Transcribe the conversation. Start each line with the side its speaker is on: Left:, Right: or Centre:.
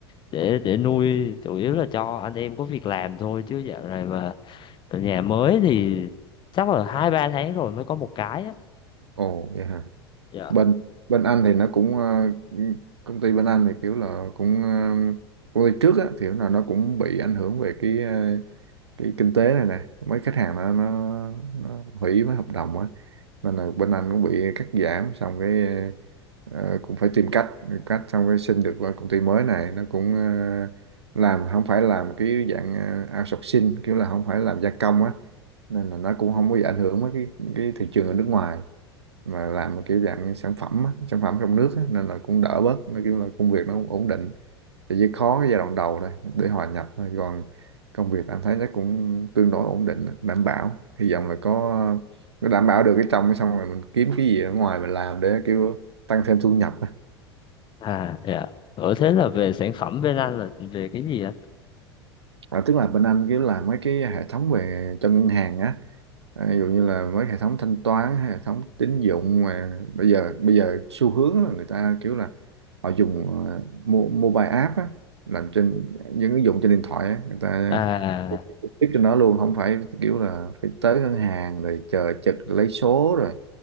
Left: để để nuôi chủ yếu là cho anh em có việc làm thôi chứ dạo này mà nhà mới thì chắc là hai ba tháng rồi mới có một cái á.
Right: ồ vậy hả
Left: Dạ.
Right: bên bên anh thì nó cũng ờ, công ty bên anh thì kiểu là cũng ờ, công ty trước á thì là nó cũng bị ảnh hưởng về cái ờ, cái kinh tế này nè mấy khách hàng nó nó, nó hủy mấy hợp đồng á nên là bên anh cũng bị cắt giảm xong cái ờ, cũng phải tìm cách cách xong cái xin được qua công ty mới này nó cũng ờ, làm không phải làm cái dạng ờ, outsourcing kiểu là không phải làm gia công á nên là nó cũng không có bị ảnh hưởng với cái cái thị trường ở nước ngoài mà làm một kiểu dạng sản phẩm á, sản phẩm trong nước á, nên là cũng đỡ bớt nó kiểu là công việc nó cũng ổn định thì chỉ khó cái giai đoạn đầu thôi để hòa nhập thôi còn công việc anh thấy nó cũng tương đối ổn định đảm bảo hy vọng là có có đảm bảo được cái trong cái xong rồi mình kiếm cái gì ở ngoài mình làm để kiểu tăng thêm thu nhập á.
Left: À dạ. Ở thế là về sản phẩm bên anh là về cái gì ạ?
Right: à, tức là bên anh kiểu làm mấy cái hệ thống về cho ngân hàng á à, ví dụ như là mấy hệ thống thanh toán hệ thống tín dụng mà bây giờ bây giờ xu hướng là người ta kiểu là họ dùng ờ, mo- mobile app á làm trên những ứng dụng trên điện thoại á người ta
Left: À
Right: biết trên đó luôn không phải kiểu là phải tới ngân hàng rồi chờ trực lấy số rồi